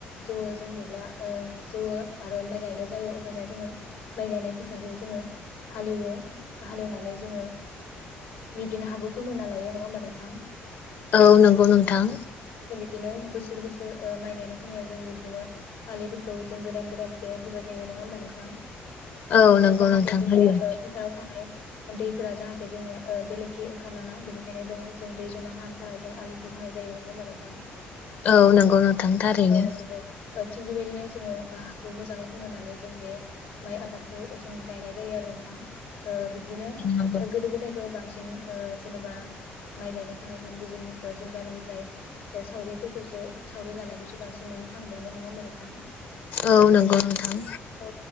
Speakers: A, on the left; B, on the left.
A: जौवो जों बेब्ला जौव आरो माइ गायनाय जायो अबानया जोङो माइ गायनाय फोथारखौ जोङो हालेवो हालेवनानै जोङो बिब्दिनो हागौखौ फोमोनना लायो नङा होमबा नोंथां!
B: औ नंगौ नोंथां
A: इदिनो बोसोर बोसोर ओ माइ गायनाय हमायाव जों बिबदिनो फालिफोरखौ जों गोदान गोदानखे होबाय थायो नङा होमबा नोंथां?
B: औ नंगौ
A: जाहाथे
B: नोंथां
A: जोंनिया
B: हायो।
A: ओ फोथाराव थानाय दैफोरा जाहाथे जोंनिया ओ बेलेगखि ओंखारलाङा बेनिखायनो दङो जों दै जमा खालामनो थाखाय जों आलिखौ होनाय जायो नङा होमबा नोंथां?
B: औ नंगौ नोंथां थारैनो
A: औ नंगौ ओ थिग बेबायदिनो जोङो हाखौ मोजाङै फोमोननानै जों बे माइ आबादखौ जों गायनाय जायो आरो थां। ओ बिदिनो
B: नंगौ
A: गोदो गोदायथ' बांसिन बांसिन ओ जेन'बा माइ गायनो थाखाय ओ जों गुबुन जों गामिनिफ्राय सावरिफोरखौसो सावरि लानायखौसो बांसिन नुनो थांदोंमोन नङा होमबा नोंथां।
B: औ नंगौ नोंथां।
A: औ